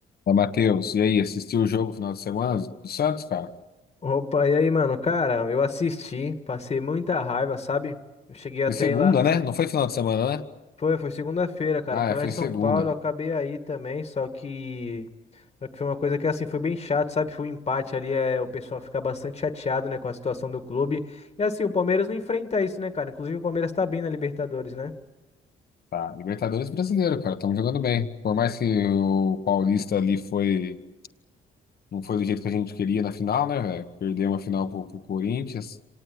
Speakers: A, on the left; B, on the left.
A: Mas, Matheus, e aí, assistiu o jogo final de semana do Santos, cara?
B: Opa, e aí, mano? Cara, eu assisti, passei muita raiva, sabe? Eu cheguei até
A: Foi segunda,
B: ir lá.
A: né? Não foi final de semana, né?
B: Foi, foi segunda-feira, cara.
A: Ah,
B: Foi
A: é,
B: lá
A: foi
B: em São
A: segunda.
B: Paulo, eu acabei aí também, só que. Só que foi uma coisa que assim foi bem chato, sabe? Foi um empate ali, é, o pessoal fica bastante chateado, né, com a situação do clube. E assim, o Palmeiras não enfrenta isso, né, cara? Inclusive o Palmeiras tá bem na Libertadores, né?
A: Tá, Libertadores brasileiro, cara, estamos jogando bem. Por mais que o Paulista ali foi, não foi do jeito que a gente queria na final, né, velho? Perdeu uma final pro, pro Corinthians.